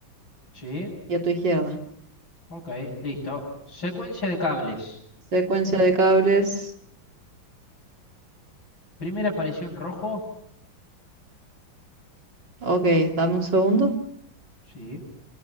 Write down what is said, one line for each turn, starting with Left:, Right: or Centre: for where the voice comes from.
Left: Sí.
Right: y a tu izquierda.
Left: Ok. Listo. Secuencia de cables.
Right: Secuencia de cables.
Left: Primera aparición rojo.
Right: Ok, dame un segundo,
Left: Sí.